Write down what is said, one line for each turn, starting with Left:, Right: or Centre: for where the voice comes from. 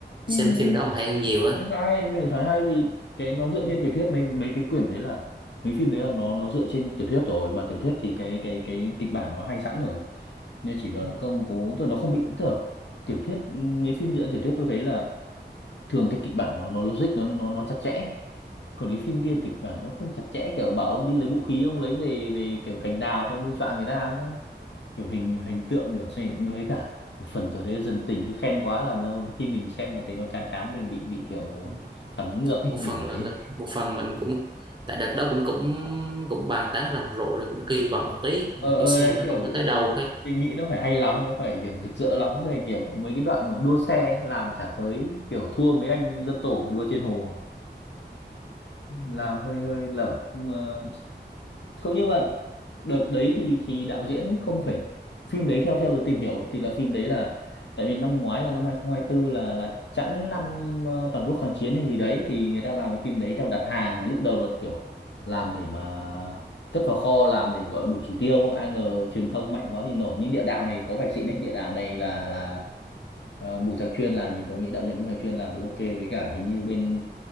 Left: phim
Right: xem mấy
Left: ấy
Right: phim đó còn hay hơn nhiều á
Left: mình phải hay mình phải hay vì cái nó dựa
Right: ừ,
Left: trên tiểu thuyết mình mấy cái quyển đấy là mấy phim đấy là nó nó dựa trên tiểu thuyết rồi mà tiểu thuyết thì cái cái cái kịch bản nó hay sẵn rồi nên chỉ là
Right: ừ,
Left: công cố tức là nó không bị tức là tiểu thuyết mấy phim dựa trên tiểu thuyết tôi thấy là thường cái kịch bản nó nó logic nó nó nó chặt chẽ còn cái phim kia
Right: ừ.
Left: kịch bản nó không chặt chẽ kiểu bảo ông đi lấy vũ khí ông lấy về về kiểu cành đào xong ông đi dọa người ta nó kiểu hình hình tượng kiểu gì với cả một phần tôi thấy dân tình cứ khen quá làm cho khi mình xem mà thấy nó chán chán mình bị bị kiểu
Right: Ừ.
Left: phản ứng ngược ấy
Right: một
Left: <laughs> mình
Right: phần
Left: cảm
Right: là,
Left: thấy
Right: là một phần mình cũng tại đợt đó cũng cũng cũng bàn tán rầm rộ rồi cũng kỳ vọng một tí nhưng
Left: ờ
Right: mà kiểu
Left: ờ,
Right: xem
Left: đấy
Right: nó
Left: kiểu
Right: không có tới đâu
Left: mình,
Right: hết
Left: mình nghĩ nó phải hay lắm nó phải kiểu rực rỡ lắm
Right: Ừ.
Left: rồi kiểu có mấy cái đoạn mà đua xe ấy, làm chả tới kiểu thua mấy anh dân tổ đua trên hồ làm
Right: Ừ.
Left: hơi hơi lởm nhưng mà không nhưng mà đợt đấy thì thì đạo diễn không phải phim đấy theo theo tôi tìm hiểu thì là phim đấy là tại vì năm ngoái là năm 2024 là là chẵn năm ờ, toàn quốc kháng chiến hay gì đấy thì người ta làm cái phim đấy theo đặt hàng lúc đầu là kiểu làm để mà cất vào kho làm để gọi đủ chỉ tiêu ai ngờ truyền thông mạnh quá thì nổi nhưng địa đạo này có vẻ xịn
Right: Ừ.
Left: đấy địa đạo này là là ờ, Bùi Thạc Chuyên làm thì tôi nghĩ đạo diễn Bùi Thạc Chuyên làm thì ok với cả hình như bên